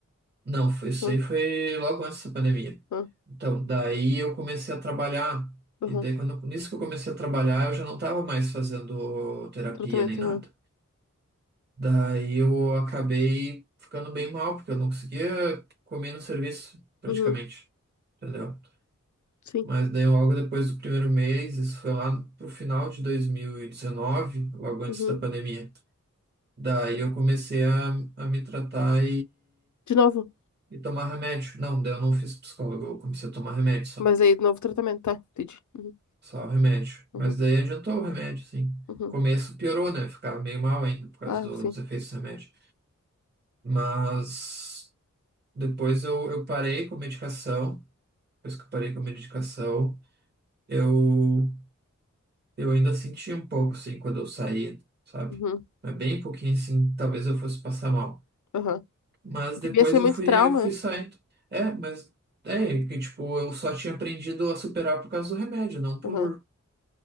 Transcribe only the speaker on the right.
Não, foi isso
aí, foi logo antes da pandemia.
Então, daí eu comecei a trabalhar,
e daí quando, nisso que eu comecei a trabalhar, eu já não estava mais fazendo terapia
nem nada.
Daí eu acabei ficando bem mal, porque eu não conseguia comer no serviço, praticamente,
entendeu?
Mas daí logo depois do primeiro mês, isso foi lá pro final de 2019, logo antes
da pandemia. Daí eu comecei a, a me tratar
E tomar remédio. Não, daí eu não fiz psicólogo, eu comecei a tomar remédio só.
Só o remédio.
Mas daí adiantou o remédio, sim.
No começo piorou, né? Ficava meio mal ainda por causa
do-
dos efeitos do remédio. Mas depois eu, eu parei com a medicação. Depois que eu parei com a medicação, eu, eu ainda sentia um pouco, assim, quando eu saía, sabe?
Mas bem pouquinho, assim, talvez eu fosse passar mal.
Mas
depois
eu
fui,
eu fui
saindo. É, mas é que tipo, eu só tinha aprendido a superar por causa do remédio, não por,